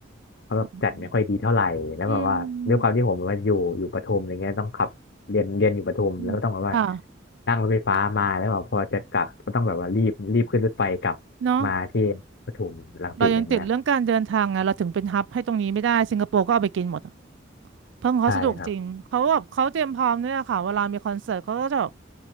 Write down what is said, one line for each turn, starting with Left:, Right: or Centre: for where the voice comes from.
Left: เขาแบบจัดไม่ค่อยดีเท่าไหร่แล้วแบบว่าด้วยความที่ผมแบบว่าอยู่อยู่ประทุมอะไรเงี้ยต้องขับเรียนเรียนอยู่ประทุมแล้วก็ต้องแบบว่า
Right: ออืมอืมค่ะ
Left: นั่งรถไฟฟ้ามาแล้วแบบพอจะกลับก็ต้องแบบว่ารีบรีบขึ้นรถไฟกลับมาที่ปทุมรังสิตอะไรเงี้ย
Right: เนาะเรายังติดเรื่องการเดินทางไงเราถึงเป็นฮับให้ตรงนี้ไม่ได้สิงคโปร์ก็เอาไปกินหมด เพิ่งเขาสะดวกจริงเขาแบบเขาเตรียมพร้อมด้วยอะค่ะเวลามีคอนเสิร์ตเขาก็จะแบบ
Left: ใช่ครับ